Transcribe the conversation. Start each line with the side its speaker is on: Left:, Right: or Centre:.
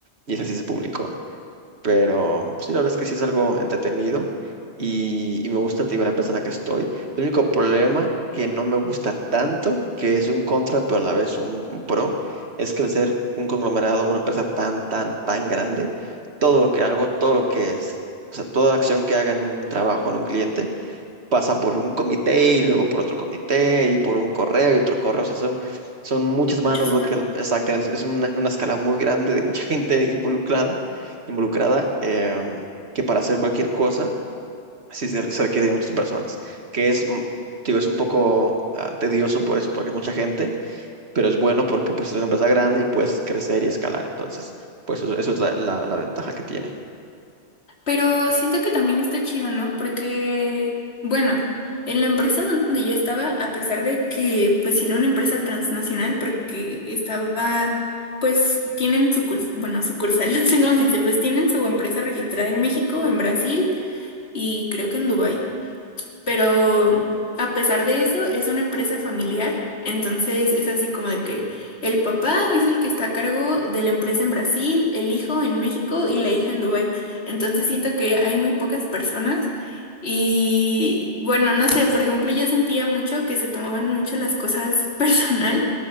Right: y esa sí se publicó. Pero sí, la verdad es que sí es algo entretenido y, y me gusta, te digo, la empresa en la que estoy. El único problema que no me gusta tanto, que es un contra, pero a la vez un, un pro, es que al ser un conglomerado, una empresa tan, tan, tan grande, todo lo que hago, todo lo que es, o sea, toda acción que haga en un trabajo, en un cliente, pasa por un comité y luego por otro comité y por un correo y otro correo. O sea, son, son muchas
Left: Muchos.
Right: manos lo que exactamente es una, una escala muy grande de mucha <laughs> gente involucrada, involucrada em, que para hacer cualquier cosa sí se, se requiere de muchas personas, que es mm, Digo, es un poco ah, tedioso por eso, porque es mucha gente, pero es bueno porque pues es una empresa grande y puedes crecer y escalar. Entonces, pues eso, eso es la la- la ventaja que tiene.
Left: Pero siento que también está chido, ¿no? Porque, bueno, en la empresa donde yo estaba, a pesar de que, pues, sí era una empresa transnacional, porque estaba, pues, tienen su curs- bueno, sucursal, <laughs> no sé cómo se dice, pues, tienen su empresa registrada en México, en Brasil y creo que en Dubái. Pero a pesar de eso, es una empresa familiar. Entonces es así como de que el papá es el que está a cargo de la empresa en Brasil, el hijo en México y la hija en Dubái. Entonces siento que hay muy pocas personas y bueno, no sé, por ejemplo, yo sentía mucho que se tomaban mucho las cosas <laughs> personal.